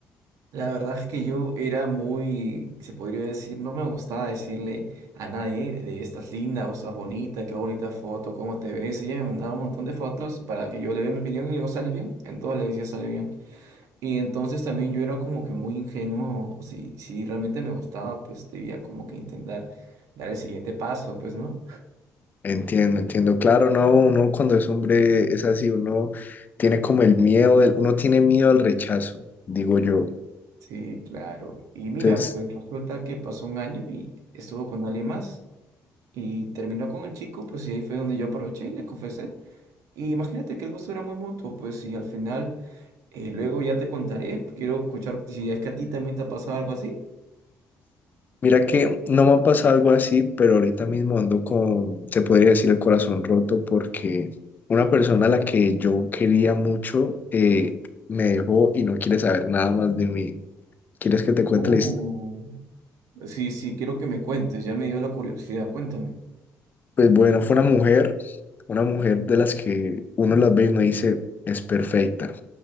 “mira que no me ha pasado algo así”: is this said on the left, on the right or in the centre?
Left